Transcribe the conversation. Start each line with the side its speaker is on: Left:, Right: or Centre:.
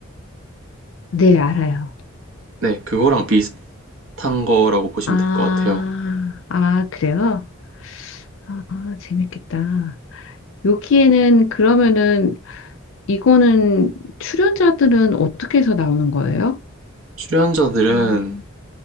Left: 네, 알아요.
Right: 네, 그거랑 비슷한 거라고 보시면
Left: 아,
Right: 될 것 같아요.
Left: 아, 그래요? 아, 재밌겠다. 여기에는 그러면은 이거는 출연자들은 어떻게 해서 나오는 거예요?
Right: 출연자들은
Left: 음,